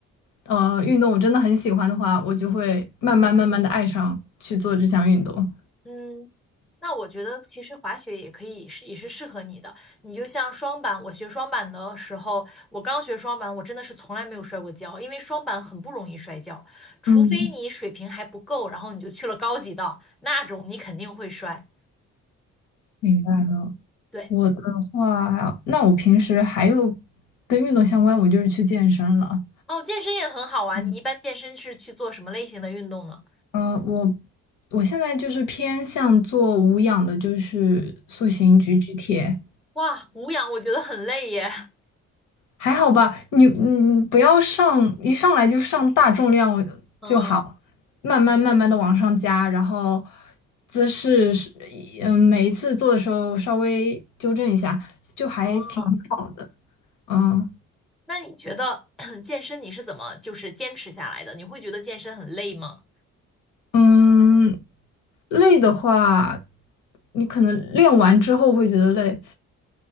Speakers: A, on the left; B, in the centre.
A: 呃运动我真的很喜欢的话，我就会慢慢慢慢的爱上去做这项运动。
B: 嗯，那我觉得其实滑雪也可以是也是适合你的。你就像双板，我学双板的时候，我刚学双板，我真的是从来没有摔过跤，因为双板很不容易摔跤，除非你水平还不够，
A: 嗯，
B: 然后你就去了高级道，那种你肯定会摔。
A: 明白了。
B: 对，
A: 我的话，那我平时还有跟运动相关，我就是去健身了。
B: 哦，健身也很好玩。
A: 嗯，
B: 你一般健身是去做什么类型的运动呢？
A: 呃，我我现在就是偏向做无氧的，就是塑形举举铁，
B: 哇，无氧我觉得很累耶。
A: 还好吧。你你不要上一上来就上大重量就好，
B: 嗯，
A: 慢慢慢慢的往上加，然后姿势是嗯每一次做的时候稍微纠正一下，就还挺好的。
B: 哦，
A: 嗯，
B: 那你觉得 <coughs> <clears throat> 健身你是怎么就是坚持下来的？你会觉得健身很累吗？
A: 嗯，累的话，你可能练完之后会觉得累，